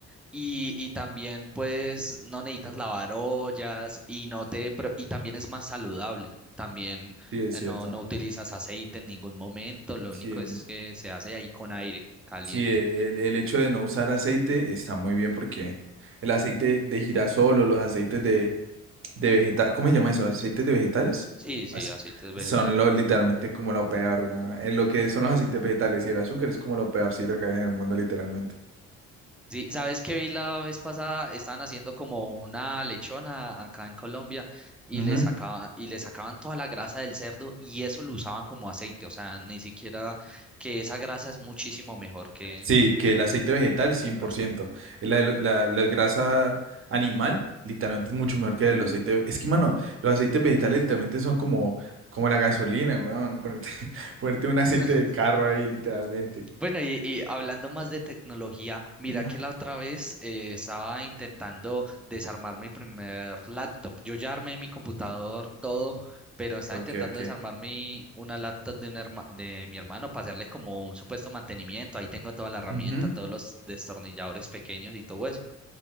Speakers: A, in the centre; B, on the right.
A: Y, y también pues no necesitas lavar ollas y no te pro- y también es más saludable. También
B: Sí, es
A: eh,
B: cierto.
A: no, no utilizas aceite en ningún momento, lo
B: Sí,
A: único
B: el,
A: es que se hace ahí con aire caliente.
B: sí, el, el hecho de no usar aceite está muy bien porque el aceite de girasol o los aceites de de vegetal, ¿cómo se llama eso? ¿Aceites de vegetales?
A: Sí,
B: Ace-
A: sí, aceite
B: Son
A: vegetal.
B: lo, literalmente como lo peor, weón. Es lo que son los aceites vegetales y el azúcar es como lo peorcito que hay en el mundo, literalmente.
A: Sí, ¿sabes qué vi la vez pasada? Estaban haciendo como una lechona acá en Colombia y
B: Ujú.
A: le sacaban, y le sacaban toda la grasa del cerdo y eso lo usaban como aceite. O sea, ni siquiera que esa grasa es muchísimo mejor que,
B: Sí, que el aceite vegetal, 100%.
A: que el aceite.
B: La, la, la grasa animal, literalmente es mucho mejor que el aceite. Es que, mano, los aceites vegetales literalmente son como, como la gasolina, weón. Ponerte, <laughs> ponerte un aceite
A: <laughs>
B: de carro ahí, literalmente.
A: Bueno, y, y hablando más de tecnología, mira
B: Ujú.
A: que la otra vez eh, estaba intentando desarmar mi primer laptop. Yo ya armé mi computador, todo, pero estaba
B: Ok,
A: intentando
B: ok.
A: desarmar mi, una laptop de, un herma- de mi hermano para hacerle como un supuesto mantenimiento. Ahí tengo toda la herramienta,
B: Ujú.
A: todos los destornilladores pequeños y todo eso.